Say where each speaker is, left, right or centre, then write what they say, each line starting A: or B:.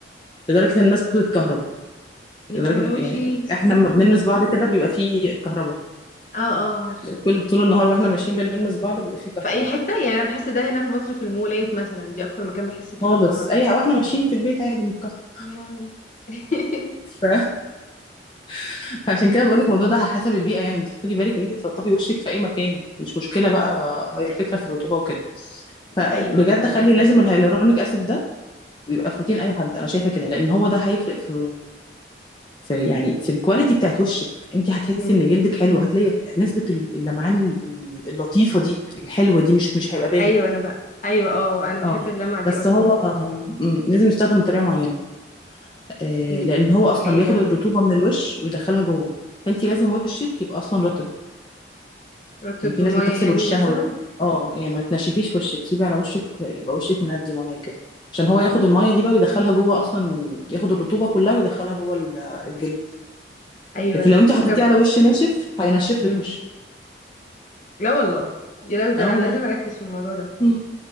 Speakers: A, on the left; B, on the left.
A: لدرجة
B: أوكي.
A: إن الناس بتتكهرب
B: يا
A: لدرجة
B: خراشي
A: إن- يعني
B: <laughs>
A: احنا لما بنلمس بعض كده بيبقى فيه كهرباء
B: اه اه عارفه
A: كل طول النهار واحنا ماشيين بنلمس بعض بيبقى فيه كهرباء
B: في اي حته يعني انا بحس ده هنا في مصر في المولات مثلا دي اكتر مكان بحس فيه
A: خالص
B: بالكهرباء
A: اي واحنا ماشيين في البيت عادي بنتكهرب
B: يا لهوي. <laughs>
A: ف... <laughs> فعشان كده بقول لك الموضوع ده على حسب البيئة يعني انت خدي بالك ان انت ترطبي وشك في اي مكان مش مشكلة
B: امم
A: بقى هي الفكرة في الرطوبة وكده فبجد
B: ايوه ايوه فهماكي
A: خلي لازم الهيالورونيك اسيد ده بيبقى في روتين اي حد انا شايفة كده لان هو ده هيفرق في في يعني في الكواليتي بتاعت وشك انت هتحسي
B: امم
A: ان جلدك حلو مم. هتلاقي نسبة ال- اللمعان ال- ال- اللطيفة دي الحلوة دي مش مش هيبقى باهت
B: ايوه انا بقى ايوه اه انا بحب
A: اه
B: اللمعه دي
A: بس
B: اصلا
A: هو مم، لازم يستخدم بطريقة معينة آه،
B: ال-
A: لان هو اصلا
B: ليه
A: بياخد
B: ايه بقى
A: الرطوبة من الوش ويدخلها جوه فانت لازم وشك يبقى اصلا رطب
B: رطب
A: يعني في
B: بميه
A: ناس بتغسل
B: يعني
A: وشها
B: مثلا
A: وت... اه يعني ما تنشفيش وشك سيبي على وشك يبقى وشك مندي ميه كده عشان هو ياخد
B: مم.
A: الميه دي بقى ويدخلها جوه اصلا ياخد الرطوبة كلها ويدخلها جوه ال- الجلد
B: ايوه
A: لكن لو انت حطيتيه
B: طب
A: على وش ناشف هينشف
B: امم
A: لك وشك
B: لا والله يا لو ده
A: اه
B: انا
A: والله
B: لازم اركز في الموضوع ده
A: مم.